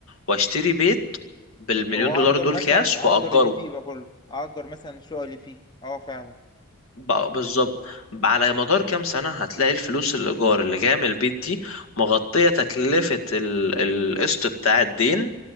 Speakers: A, on the left; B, on the left.
A: واشتري بيت بالمليون
B: او اجر
A: دولار دول
B: مثلا
A: كاش واجره
B: اجر اللي فيه بقى كله اجر مثلا الشقق اللي فيه اه فعلا
A: بقى- بالظبط على مدار كام سنة هتلاقي الفلوس الإيجار اللي جاية من البيت دي مغطية تكلفة ال- القسط بتاع الدين